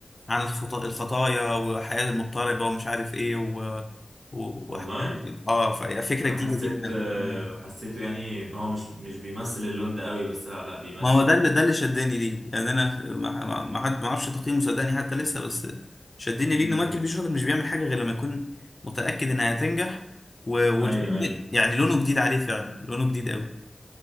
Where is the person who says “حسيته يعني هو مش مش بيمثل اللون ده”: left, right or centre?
Right